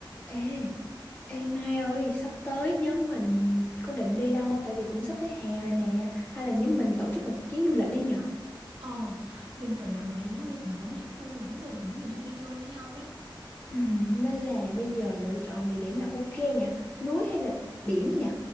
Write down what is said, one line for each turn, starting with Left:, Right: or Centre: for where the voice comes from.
Left: Ê, ê Mai ơi, sắp tới nhóm mình có định đi đâu không? Tại vì cũng sắp tới hè rồi nè. Hay là nhóm mình tổ chức một chuyến du lịch đi nhở?
Right: Ờ, mình phải làm một chuyến du lịch nhóm chứ lâu lắm rồi nhóm mình chưa đi chơi với nhau đấy.
Left: Ừ, nên là bây giờ lựa chọn địa điểm là ok nhỉ? Núi hay là biển nhỉ?